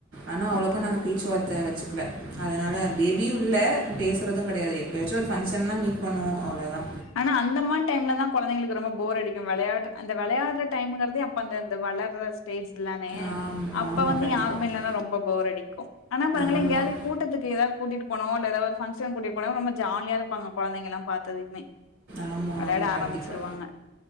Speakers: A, on the right; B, on the left.
A: ஆனா அவ்ளோக்கும்
B: ஓகே,
A: நாங்க
B: ஓகே.
A: பேச்சு வார்த்த வெச்சுக்கல அதனால பேபியு இல்ல பேசுறது கெடையாது எப்பயாச்சும் ஒரு ஃபங்க்ஷன்னா மீட் பண்ணுவோ அவ்ளோதா
B: ஆனா அந்த மாதிரி டைம்ல தா கொழந்தைங்களுக்கு ரொம்ப போர் அடிக்கு விளையா அந்த விளையாடுற டைமுங்கறத அப்ப அந்தந்த வளர்ற ஸ்டேஜ்லதானே
A: ஆமாம்
B: அப்ப
A: ஆமாம்
B: வந்து
A: கண்டிப்பாக
B: யாருமே இல்லன்னா ரொம்ப போர் அடிக்கு ஆனா பாருங்களே
A: ஆமாம்
B: எங்கேயாவது கூட்டத்துக்கு ஏதாவது கூட்டிட்டு போனவோ இல்ல ஏதாவ ஒரு ஃபங்ஷன் கூட்டிட்டு போனவோ ரொம்ப ஜாலியா இருப்பாங்க கொழந்தை எல்லா பாத்ததுமே
A: ஆமா
B: வெளையாட
A: ஆமா
B: ஆரம்பிச்சிருவாங்க
A: கண்டிப்பா